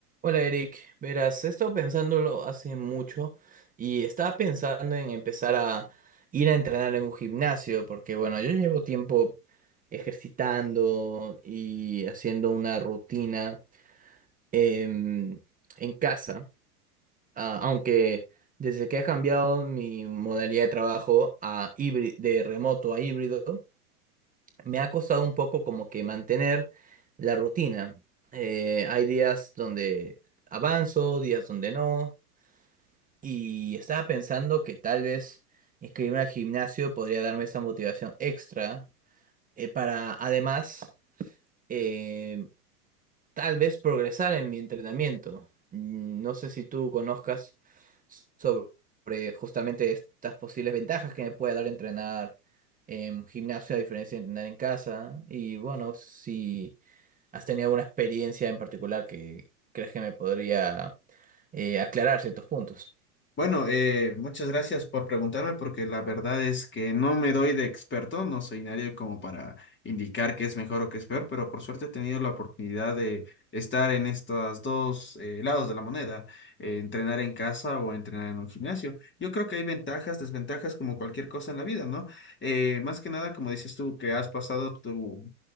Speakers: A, on the right; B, on the left.
A: Hola Eric, verás, he estado pensándolo hace mucho y estaba pensando en empezar a ir a entrenar en un gimnasio, porque bueno, yo llevo tiempo ejercitando y haciendo una rutina em, en casa, ah, aunque desde que ha cambiado mi modalidad de trabajo a híbrido, de remoto a híbrido, me ha costado un poco como que mantener la rutina. Eh, hay días donde avanzo, días donde no. Y estaba pensando que tal vez inscribirme al gimnasio podría darme esa motivación extra eh, para además eh, tal vez progresar en mi entrenamiento. Mm, No sé si tú conozcas sobre justamente estas posibles ventajas que me puede dar entrenar en gimnasio a diferencia de entrenar en casa. Y bueno, si has tenido alguna experiencia en particular que crees que me podría eh, aclarar ciertos puntos.
B: Bueno, eh, muchas gracias por preguntarme porque la verdad es que no me doy de experto, no soy nadie como para indicar qué es mejor o qué es peor, pero por suerte he tenido la oportunidad de estar en estos dos eh, lados de la moneda, eh, entrenar en casa o entrenar en un gimnasio. Yo creo que hay ventajas, desventajas como cualquier cosa en la vida, ¿no? Eh, más que nada, como dices tú, que has pasado tu